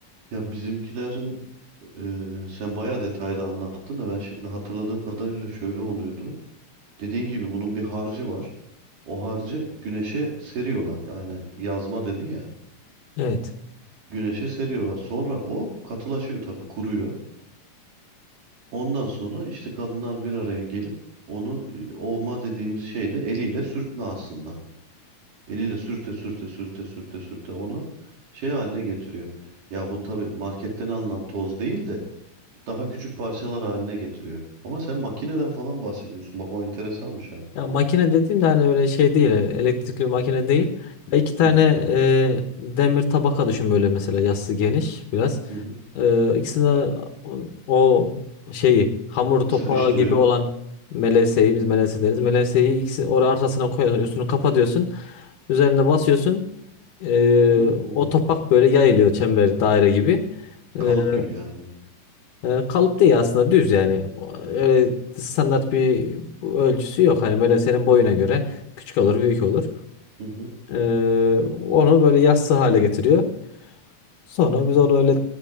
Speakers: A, on the right (about 80°); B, on the left (about 80°).
A: Ya bizimkilerin e, sen bayağı detaylı anlattın da ben şimdi hatırladığım kadarıyla şöyle oluyordu. Dediğin gibi bunun bir harcı var. O harcı güneşe seriyorlar. Aynen yazma dedin ya.
B: Evet.
A: Güneşe seriyorlar. Sonra o katılaşıyor tabii kuruyor. Ondan sonra işte kadınlar bir araya gelip onu e, ovma dediğimiz şeyde eliyle sürtme aslında. Eliyle sürte sürte sürte sürte sürte onu şey haline getiriyor. Ya bu tabii marketten alınan toz değil de daha küçük parçalar haline getiriyor. Ama sen makineden falan bahsediyorsun. Bak o enteresanmış ha.
B: Ya makine dediğimde hani öyle şey değil, elektrikli bir makine değil. Ya iki tane
A: Hı
B: e, demir tabaka düşün böyle mesela yassı geniş biraz.
A: hı. hı.
B: E, ikisine o o şeyi hamur topağı
A: Sıkıştırıyor.
B: gibi olan melevseyi biz melevse deriz. Melevseyi ikisi oraya arasına koyuyorsun, üstünü kapatıyorsun. Üzerine basıyorsun. E,
A: Hmm.
B: o topak böyle yayılıyor çember daire gibi.
A: Kalıp
B: E,
A: gibi yani böyle.
B: E, kalıp değil aslında düz yani. Öyle standart bir ölçüsü yok. Hani böyle senin boyuna göre küçük olur, büyük olur.
A: Hı hı.
B: E, onu böyle yassı hale getiriyor. Sonra biz onu öyle